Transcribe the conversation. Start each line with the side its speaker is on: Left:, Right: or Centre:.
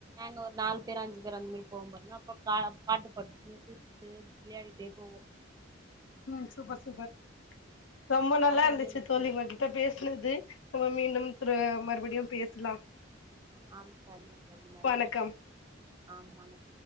Right: நாங்க ஒரு நாலு பேர் அஞ்சு பேர் அந்த மாரி போவ பாருங்க அப்புற பாட்டு பாடிட்டு சிரிச்சுட்டு விளையாடிட்டே போவோ
Left: ம் சூப்பர் சூப்பர் ரொம்ப நல்லா
Right: அது
Left: இர்ந்துச்சு
Right: வந்து எனக்கு
Left: தோழி
Right: ரொம்ப
Left: உங்க கிட்ட பேசுனது நம்ம மீண்டும் த்ரு மறுபடியு பேஸ்லா
Right: ஆம் சரிங்க தோழி நன்றி
Left: வணக்கம்
Right: ஆ வணக்